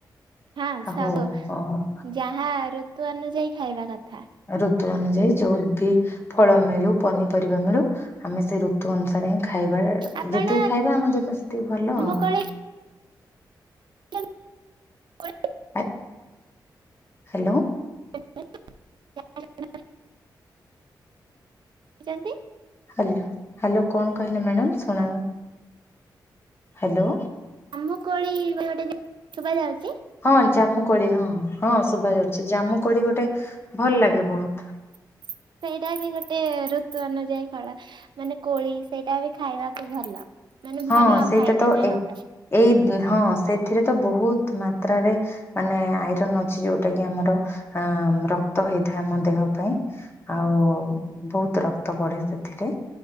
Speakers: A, on the right; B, on the left.
A: ହଁ ସବୁ
B: ଆଉ ଅ
A: ଯାହା ଋତୁ ଅନୁଯାୟୀ ଖାଇବା କଥା।
B: ଋତୁ ଅନୁଯାୟୀ ଯୋଉ ବି ଫଳ ମିଳୁ ପନିପରିବା ମିଳୁ ଆମେ ସେଇ ଋତୁ ଅନୁସାରେ ହିଁ ଖାଇବା ଯେତିକି
A: ଆପଣ
B: ଖାଇବା ଆମ ଦେହ ପାଇଁ ସେତିକି ଭଲ
A: ଜାମୁକୋଳି
B: ଆଉ।
A: <unintelligible>
B: ଆ ହାଲୋ।
A: <inaudible> ଚନ୍ତି।
B: ହାଲୋ ହାଲୋ କଣ କହିଲେ ମାଡ଼ାମ୍ ଶୁଣା ହାଲୋ।
A: ମୁକୋଳି ବ ଗୋଟେ ଜା ଶୁବା ଯାଉଚି?
B: ହଁ ଜାମୁ କୋଳି ହଁ ହଁ ଶୁଭା ଯାଉଚି ଜାମୁ କୋଳି ଗୋଟେ ଭଲ ଲାଗେ ବହୁତ୍।
A: <inaudible> ସେଇଟା ବି ଗୋଟେ ଋତୁ ଅନୁଯାୟୀ ଫଳ ମାନେ କୋଳି ସେଇଟା ବି ଖାଇବାକୁ ଭଲ। ମାନେ
B: ହଁ
A: ଭଲ
B: ସେଇଟା
A: ଖାଇଲେ
B: ତ
A: ଦେହ
B: ଏ
A: ପାଇଁ
B: ଏଇ ହଁ ସେଥିରେ ତ ବହୁ ତ୍ ମାତ୍ରାରେ ମାନେ ଆଇରନ୍ ଅଛି ଯୋଉଟା କି ଆମର ଅଁ ର ତ ହେଇଥାଏ ଆମ ଦେହ ପାଇଁ ଆଉ ବୋହୁତ ରକ୍ତ ବଢ଼େ ସେଥିରେ।